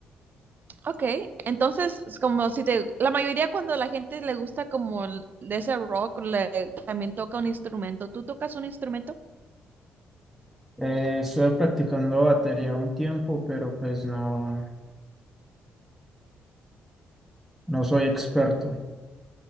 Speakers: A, on the right; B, in the centre.
A: ok. Entonces, es como si te, la mayoría cuando la gente le gusta como el- de ese rock, le, también toca un instrumento. ¿Tú tocas un instrumento?
B: Eh, estuve practicando batería un tiempo, pero pues no, no soy experto.